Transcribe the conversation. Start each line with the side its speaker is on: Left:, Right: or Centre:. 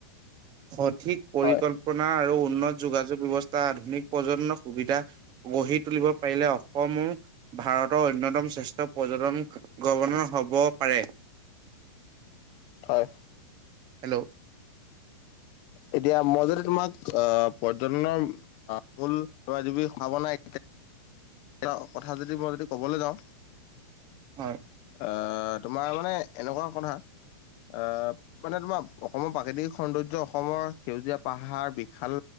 Right: সঠিক পৰিকল্পনা
Left: হয়
Right: আৰু উন্নত যোগাযোগ ব্যৱস্থা আধুনিক প্ৰজন্মৰ সুবিধা। গঢ়ি তুলিব পাৰিলে অসম ও ভাৰতৰ অন্যতম শ্ৰেষ্ঠ পৰ্যটন গৱণৰ হব পাৰে।
Left: হয়।
Right: হেল্ল'
Left: এতিয়া মই যদি তোমাক অ' পৰ্যটনৰ ফুল - এ কথা যদি মই যদি কবলৈ যাওঁ,
Right: হয়
Left: আহ তোমাৰ মানে এনেকুৱা কথা, অ‍ঁহ মানে তোমাৰ অসমৰ প্ৰাকৃতিক সৌন্দৰ্য, অসমৰ সেউজীয়া পাহাৰ বিশাল।